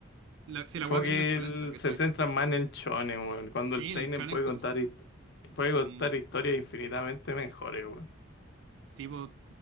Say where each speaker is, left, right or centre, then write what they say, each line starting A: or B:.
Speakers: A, on the right; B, on the left.
A: la- si la
B: como
A: wea
B: que
A: vende es polenta,
B: él
A: ¿cachai?
B: se centra más en el shonen, weón, cuando
A: Sí,
B: el seinen
A: en el shonen,
B: puede
A: pues,
B: contar hist- puede contar
A: sí.
B: historias infinitamente mejores, weón.
A: Tipo,